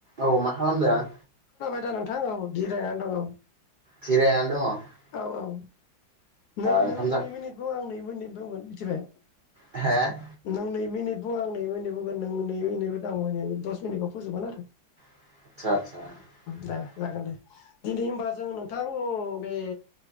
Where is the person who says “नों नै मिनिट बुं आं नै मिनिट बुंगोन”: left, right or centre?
Left